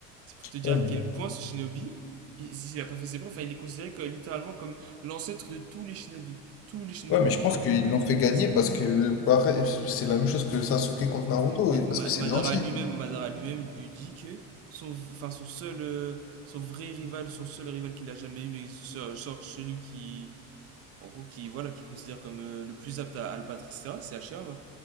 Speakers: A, on the right; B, on the left.
A: C'est pour te dire
B: ouais,
A: à
B: mais,
A: quel point ce shinobi, il- si, s'il a pas fait ses preuves, enfin, il est considéré que- littéralement comme l'ancêtre de tous les shinobi. Tous les shinobi,
B: ouais, mais je
A: genre,
B: pense qu'ils l'ont fait gagner
A: c'est
B: parce que, pareil, c'est la même chose que Sasuke contre Naruto,
A: Mais
B: et
A: Ma-
B: parce que c'est
A: Madara
B: le gentil.
A: lui-même, Madara lui-même lui dit que son, enfin son seul, euh, son vrai rival, son seul rival qu'il a jamais eu, et ce- genre celui qui, en gros, qui voilà, qui considère comme euh, le plus apte à, à le battre, etc. C'est Hashirama.